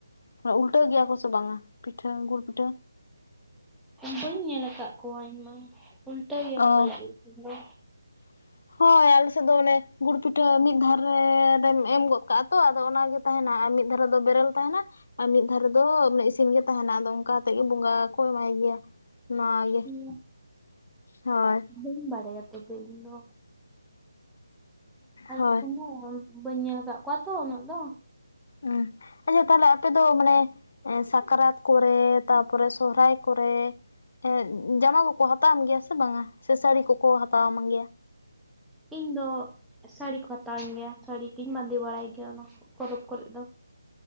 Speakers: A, on the left (about 55°); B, in the centre.
A: ᱢᱟᱱᱮ ᱩᱞᱴᱟᱹᱣ ᱜᱮᱭᱟ ᱠᱚ ᱥᱮ ᱵᱟᱝᱟ ᱯᱤᱴᱷᱟᱹ ᱜᱩᱲ ᱯᱤᱴᱷᱟᱹ?
B: ᱵᱟᱹᱧ ᱧᱮᱞ ᱟᱠᱟᱫ ᱠᱚᱣᱟ ᱤᱧᱢᱟ, ᱩᱞᱴᱟᱹᱣ ᱜᱮᱭᱟᱠᱚ
A: ᱚ
B: ᱯᱟᱞᱮᱫ ᱟᱞᱮ ᱥᱮᱱ ᱫᱚ᱾
A: <inaudible> ᱦᱳᱭ, ᱟᱞᱮᱥᱮᱫ ᱫᱚ ᱚᱱᱮ ᱜᱩᱲ ᱯᱤᱴᱷᱟᱹ ᱢᱤᱫ ᱫᱷᱟᱨ ᱨᱮ ᱨᱮᱢ ᱮᱢ ᱜᱚᱫ ᱠᱟᱜ-ᱟ ᱛᱚ ᱟᱫᱚ ᱚᱱᱟᱜᱮ ᱛᱟᱦᱮᱱᱟ ᱟᱨ ᱢᱤᱫ ᱫᱷᱟᱨᱮ ᱫᱚ ᱵᱮᱨᱮᱞ ᱛᱟᱦᱮᱱᱟ᱾ ᱟᱨ ᱢᱤᱫ ᱫᱷᱟᱨᱮ ᱫᱚ ᱚᱱᱟ ᱤᱥᱤᱱ ᱜᱮ ᱛᱟᱦᱮᱱᱟ ᱟᱫᱚ ᱚᱱᱠᱟ ᱠᱟᱛᱮᱫ ᱜᱮ ᱵᱚᱸᱜᱟ ᱠᱚ ᱮᱢᱟᱭ ᱜᱮᱭᱟ᱾ ᱱᱚᱣᱟ ᱜᱮ
B: ᱦᱩᱸ᱾
A: ᱦᱳᱭ᱾
B: ᱵᱟᱹᱧ ᱵᱟᱲᱟᱭᱟ ᱛᱚᱵᱮ ᱤᱧ ᱫᱚ᱾ ᱟᱞᱮ
A: ᱦᱳᱭ
B: ᱴᱷᱮᱱ ᱫᱚ ᱵᱟᱹᱧ ᱧᱮᱞ ᱠᱟᱜ ᱠᱚᱣᱟ ᱛᱚ ᱩᱱᱟᱹᱜ ᱫᱚ᱾
A: ᱦᱩᱸ, ᱟᱫᱚ ᱛᱟᱦᱞᱮ ᱟᱯᱮ ᱫᱚ ᱢᱟᱱᱮ ᱥᱟᱠᱨᱟᱛ ᱠᱚᱨᱮ ᱛᱟᱯᱚᱨᱮ ᱥᱚᱦᱨᱟᱭ ᱠᱚᱨᱮ ᱮᱸᱫ ᱡᱟᱢᱟ ᱠᱚᱠᱚ ᱦᱟᱛᱟᱣᱟᱢ ᱜᱮᱭᱟ ᱥᱮ ᱵᱟᱝᱟ ᱥᱮ ᱥᱟᱹᱲᱤ ᱠᱚᱠᱚ ᱦᱟᱛᱟᱣᱟᱢ ᱜᱮᱭᱟ?
B: ᱤᱧ ᱫᱚ ᱥᱟᱹᱲᱤ ᱠᱚ ᱦᱟᱛᱟᱣᱮᱧ ᱜᱮᱭᱟ ᱥᱟᱹᱲᱤᱜᱤᱧ ᱵᱟᱸᱫᱮ ᱵᱟᱲᱟᱭ ᱜᱮᱭᱟ ᱚᱱᱟ ᱯᱚᱨᱚᱵᱽ ᱠᱚᱨᱮᱫ ᱫᱚ᱾